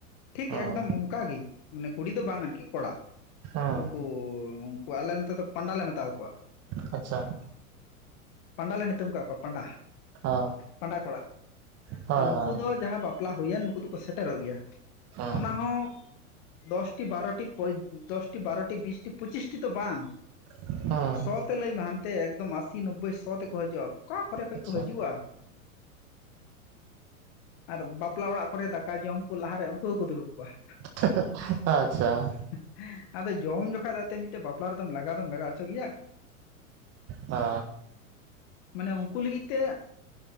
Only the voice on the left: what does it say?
ᱴᱷᱤᱠ
ᱮᱠᱫᱚᱢ ᱠᱟ ᱜᱤ ᱢᱟᱱᱮ ᱠᱩᱲᱤ ᱫᱚ ᱵᱟᱝ ᱟᱨᱠᱤ ᱠᱚᱲᱟ
ᱩᱝᱠᱩ ᱠᱚ ᱟᱞᱮ ᱱᱚᱛᱮ ᱫᱚ ᱯᱟᱸᱰᱟ ᱞᱮ ᱢᱮᱛᱟ ᱣᱟᱠᱚᱣᱟ ᱾
ᱯᱟᱸᱰᱟ ᱞᱮ ᱱᱤᱛᱩᱢ ᱠᱟᱜ ᱯᱟᱸᱰᱟ,
ᱯᱟᱸᱰᱟ ᱠᱚᱲᱟ ᱾
ᱱᱩᱠᱩ
ᱫᱚ ᱡᱟᱦᱟᱸ ᱵᱟᱯᱞᱟ ᱦᱩᱭᱮᱱ ᱱᱩᱠᱩ ᱫᱚᱠᱚ ᱥᱮᱴᱮᱨᱚᱜ ᱜᱮᱭᱟ ᱾
ᱚᱱᱟ ᱦᱚᱸ ᱫᱚᱥ ᱴᱤ, ᱵᱟᱨᱚ ᱴᱤ, ᱯᱚᱡᱽ, ᱫᱚᱥ ᱴᱤ ᱵᱟᱨᱚ ᱴᱤ ᱵᱤᱥ ᱴᱤ ᱯᱚᱸᱪᱤᱥ ᱴᱤ ᱛᱚ ᱵᱟᱝ
ᱥᱚ ᱛᱮ ᱞᱟᱹᱭ ᱢᱮ ᱦᱟᱱᱛᱮ ᱮᱠᱫᱚᱢ ᱟᱹᱥᱥᱤ, ᱱᱳᱵᱵᱳᱭ, ᱥᱚ ᱛᱮᱠᱚ ᱦᱟᱹᱡᱩᱜ-ᱟ, ᱚᱠᱟ ᱠᱚᱨᱮ ᱠᱷᱚᱡ
ᱠᱚ ᱦᱟᱹᱡᱩᱜ-ᱟ ᱾ ᱟᱨ ᱵᱟᱯᱞᱟ ᱚᱲᱟᱜ ᱠᱚᱨᱮ ᱫᱟᱠᱟ ᱡᱚᱢ, ᱠᱩ ᱞᱟᱦᱟᱨᱮ ᱩᱝᱠᱩ ᱜᱮᱠᱚ ᱫᱩᱲᱩᱵ ᱠᱚᱣᱟ ᱾
<unintelligible> ᱟᱫᱚ ᱡᱚᱢ ᱡᱚᱠᱷᱟᱡ ᱫᱚ ᱟᱛᱮ ᱢᱤᱫᱴᱮᱡ ᱵᱟᱯᱞᱟ ᱨᱮᱫᱚᱢ ᱞᱟᱜᱟ ᱫᱚᱢ ᱞᱟᱜᱟ ᱚᱪᱚ ᱜᱮᱭᱟ?
ᱢᱟᱱᱮ ᱩᱝᱠᱩ ᱞᱟᱹᱜᱤᱫ ᱛᱮ